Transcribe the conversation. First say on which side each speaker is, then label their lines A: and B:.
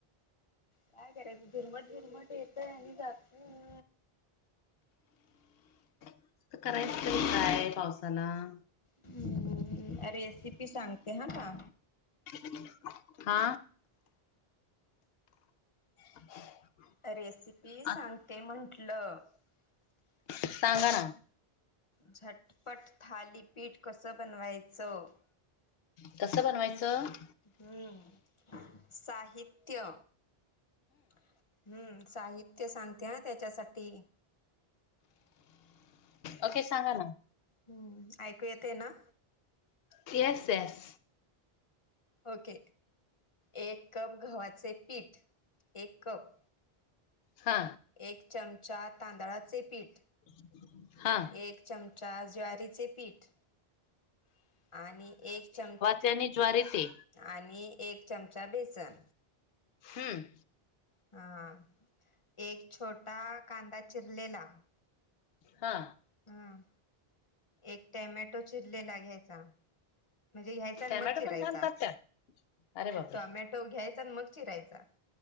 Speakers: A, on the left; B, on the left.
A: काय करायचं, झिरमट झिरमट येतोय, आणि जातोय.
B: आता करायच तरी काय पावसानं.
A: हम्म हम्म, रेसिपी सांगते हं का
B: <unintelligible> हा <inaudible>
A: रेसिपी
B: आ,
A: सांगते म्हटलं. <inaudible> झट
B: सांगा ना
A: झटपट थालीपीठ कसं बनवायचं?
B: <inaudible> कसं बनवायचं?
A: हम्म. साहित्य हम्म, साहित्य सांगते हं त्याच्यासाठी
B: ओके सांगा ना.
A: हम्म, ऐकू येतंय ना.
B: <inaudible> Yes yes.
A: ओके. एक कप गव्हाचे पीठ, एक कप
B: हा.
A: एक चमचा तांदळाचे पीठ
B: <inaudible> हा
A: एक चमचा ज्वारीचे पीठ, आणि एक चम
B: त्याने ज्वारीचे
A: आणि एक चमचा बेसन.
B: हम्म.
A: हा, एक छोटा कांदा चिरलेला
B: हा.
A: हम, एक टॅमॅटो चिरलेला घ्यायचा. म्हणजे घ्यायचा
B: टॅमॅटो
A: मग चिरायचा.
B: पण घालतात त्यात अरे बापरे
A: टॉमॅटो घ्यायचा आणि चिरायचा.